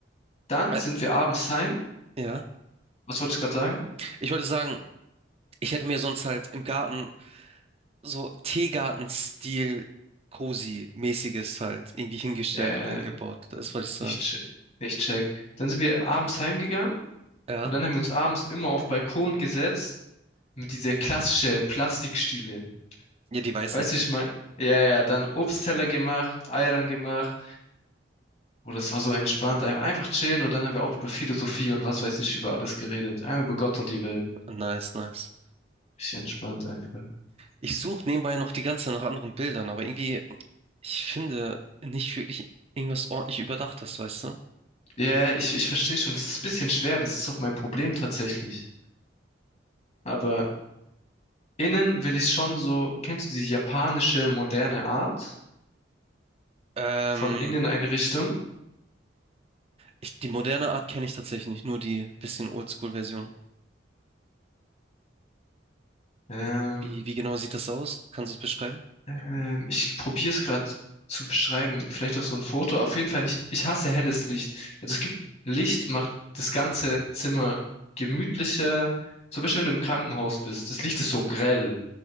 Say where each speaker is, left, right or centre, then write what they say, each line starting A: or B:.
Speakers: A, on the left (about 40°); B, on the right (about 35°).
A: Dann sind
B: Ä-
A: wir abends heim.
B: ja.
A: Was wollte ich gerade sagen?
B: Ich wollte sagen, ich hätte mir sonst halt im Garten so Teegarten-Stil Cozy-mäßiges halt irgendwie hingestellt
A: Äh,
B: oder hingebaut. Das wollte ich sagen.
A: ich, che- ich check. Dann sind wir abends heimgegangen
B: Ja.
A: Und dann haben wir uns abends immer auf Balkon gesetzt mit dieser klassische Plastikstühle.
B: Ja, die Weißen.
A: Weißt du, ich mein, ja, ja, dann Obstteller gemacht, Eiern gemacht. Oh, das war so entspannt. Ein- Einfach chillen und dann haben wir auch über Philosophie und was weiß ich über alles geredet. Einfach über Gott und die Welt.
B: Nice, nice.
A: Ich entspannt einfach.
B: Ich suche nebenbei noch die ganze Zeit nach anderen Bildern, aber irgendwie, ich finde nicht wirklich irgendwas ordentlich Überdachtes, weißt du?
A: Ja, ich, ich verstehe schon. Das ist ein bisschen schwer. Das ist auch mein Problem tatsächlich. Aber innen will ich schon so, kennst du die japanische moderne Art
B: Ähm,
A: von Inneneinrichtung?
B: ich, die moderne Art kenne ich tatsächlich nicht, nur die bisschen Oldschool-Version.
A: Ähm,
B: Wie, wie genau sieht das aus? Kannst du es beschreiben?
A: Ähm, ich probiere es gerade zu beschreiben. Vielleicht auch so ein Foto. Auf jeden Fall nicht. Ich hasse helles Licht. Also es gibt Licht, macht das ganze Zimmer gemütlicher. Zum Beispiel, wenn du im Krankenhaus bist. Das Licht ist so grell.